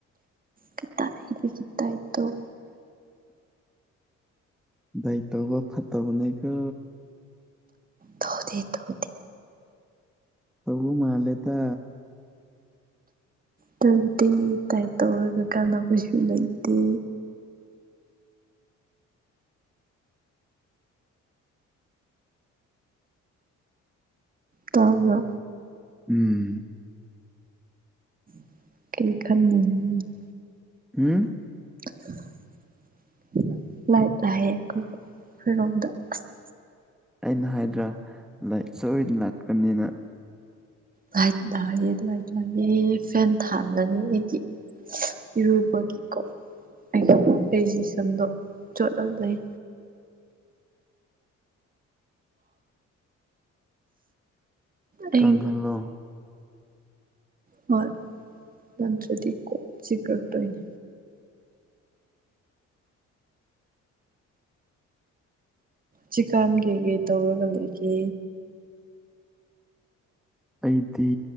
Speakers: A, on the right (about 30°); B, in the centre.
A: ꯀꯗꯏꯗꯒꯤ <unintelligible>
B: ꯗꯥꯢꯠ ꯇꯧꯕ ꯐꯠꯇꯕꯅꯦꯀꯣ
A: ꯇꯥꯎꯗꯦ ꯇꯧꯗꯦ
B: ꯑꯕꯨ ꯃꯥꯂꯦꯇ
A: ꯇꯧꯗꯦ ꯇꯥꯏꯠ ꯇꯧꯔꯒ ꯀꯥꯟꯅꯕꯁꯨ ꯂꯩꯇꯦ ꯇꯥꯕ꯭ꯔꯣ
B: ꯎꯝ
A: <unintelligible>
B: <unintelligible>
A: ꯂꯥꯛ ꯂꯥꯛꯑꯦ ꯑꯩꯈꯣꯏꯔꯣꯝꯗ ꯑꯁ
B: ꯑꯩꯅ ꯍꯥꯏꯗ꯭ꯔꯥ ꯂꯥꯏꯔꯤ ꯁꯣꯏꯗꯅ ꯂꯥꯛꯄ꯭ꯔꯕꯅꯤꯅ
A: ꯂꯥꯏꯠ ꯂꯅꯥꯥꯏꯌꯦ ꯂꯥꯏꯠ ꯂꯥꯏꯑ ꯐꯦꯟ ꯊꯥꯂꯅꯤ ꯑꯩꯒꯤ ꯏꯔꯨꯕꯒꯤꯀꯣ ꯑꯩ ꯑꯩꯁꯦ ꯁꯝꯗꯣ ꯆꯣꯠꯂꯒ ꯂꯩ ꯑꯩ
B: ꯀꯪꯍꯜꯂꯣ
A: ꯍꯣꯏ ꯅ꯭ꯔꯗꯤ ꯀ ꯆꯀ꯭ꯔꯦꯠꯇꯅꯦ ꯆꯤꯀꯥꯟ ꯀꯩꯀꯩ ꯇꯧꯔꯒ ꯂꯩꯒꯦ
B: ꯑꯩꯗꯤ